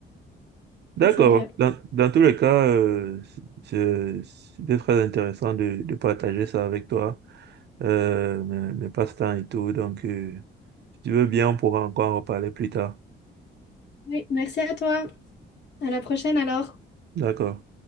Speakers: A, on the right; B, on the left.
A: D'accord.
B: c'est vrai.
A: Dans, dans tous les cas, euh, c'est- c'est- c'était très intéressant de, de partager ça avec toi. euh, mes, mes passe-temps et tout. Donc, euh, si tu veux bien, on pourra encore en reparler plus tard.
B: Oui, merci à toi. À la prochaine alors.
A: D'accord.